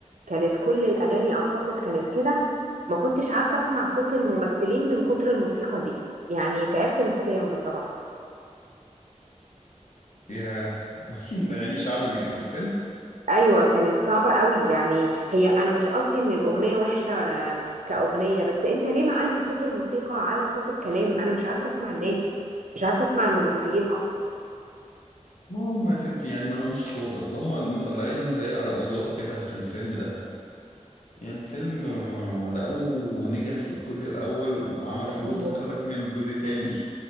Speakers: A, on the right (about 85°); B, on the left (about 75°).
A: كانت كل الاغاني اعتقد كانت كده ما كنتش عارفة اسمع صوت الممثلين من كتر الموسيقى دي يعني تعبت نفسيا بصراحة
B: يا <laughs> اغاني شعب اللي كانت في الفيلم
A: ايوه كانت صعبه قوي يعني هي انا مش قصدي ان الاغنيه وحشه كاغنيه بس انت ليه معلي صوت الموسيقى على صوت الكلام انا مش عارفه اسمع الناس مش عارفه اسمع الممثلين اصلا
B: ما هم يا ستي يعني ما لهمش صوت اصل هم مطلعينهم زي اراجوزات كده في الفيلم ده يعني الفيلم آه، لقوه نجح في الجزء الاول وعمل
A: تمام.
B: فلوس قال لك نعمل جزء تاني